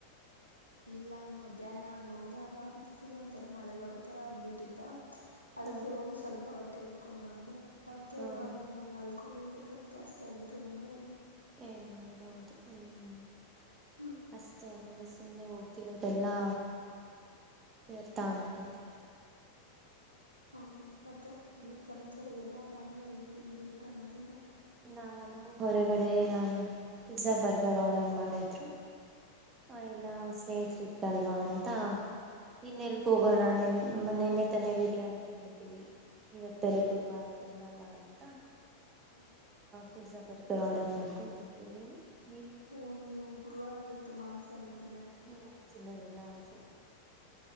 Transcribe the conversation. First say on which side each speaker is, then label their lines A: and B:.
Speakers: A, on the right; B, on the right.
A: ಇಲ್ಲ ಮಧ್ಯಾಹ್ನ ನೋಡ್ದಾಗ ಫುಲ್ ಒಥರ ಮಳೆ ಬರೋತರ ಆಗ್ಬಿಟ್ಟಿತ್ತ. ಅದಕ್ಕೆ
B: ಹಾ
A: ಹೋಗಿ ಸ್ವಲ್ಪ ಬಟ್ಟೆ ಎತಿ ಎತಕೊಂಡ ಬಂದೆ. ಮತ್ತೆ
B: ಹಾ
A: ಇವಾಗ
B: ಹಾ
A: ನಾನ್ ಮಲ್ ಹಕೊಂಡಿರ್ಬೇಕಾದ್ರ ಜಾಸ್ತಿ ಆಗ್ಬಿಟ್ರೆ ಏನ್ ಮಾಡೋದು
B: <inaudible> <inaudible>
A: ಹ್ಮ್
B: ಸುಮ್ನೆ ಹೋಗತಿರೋದೆಲ್ಲಾ ವ್ಯರ್ಥ ಆಗ್ಬಿಡುತ್ತೆ.
A: ಹೌದು. ಮತ್ತೆ ಇನ್ನೇನ್
B: ಹ್ಮ್
A: ಸಮಾಚಾರ ಎಲ್ಲಾ ಆರಾಮ ಏನ್ ತಿಂದ್ರಿ ಊಟ ಮತ <unintelligible>
B: ನಾನು ಹೊರಗಡೆ ನಾನು ಪಿಜ್ಜಾ ಬರ್ಗರ್ ಆರ್ಡರ್ ಮಾಡಿದ್ರು. <unintelligible> ಬೇಕಿತ್ತಲ್ವಾ ಅಂತ ಇನ್ ಎಲ್ಲಿಗ ಹೋಗೋಣ ನಿನ್ನ ಮೊನ್ನೆನೇ ತನೆ ಬಿರಿಯಾನಿ ತಿನ್ನಿದ್ದೀವಿ ಇವತ್ ಎಲ್ಲಿ ಗುರುವಾರ ತಿನ್ನಲ್ಲ ಅಂತ
A: ಹ್ಮ್
B: ಪಿಜ್ಜಾ ಬರ್ಗರ್ ಆರ್ಡರ್ ಮಾಡ್ಕೊಂಡ ತಿಂದ್ವಿ ನೀನು ನೀವು
A: ಹಓ ನೀವು ಗುರುವಾರ <unintelligible> ಮಾಂಸ <unintelligible>
B: ಹ್ಮ್ ತಿನ್ನೋದಿಲ್ಲ ಹೌದು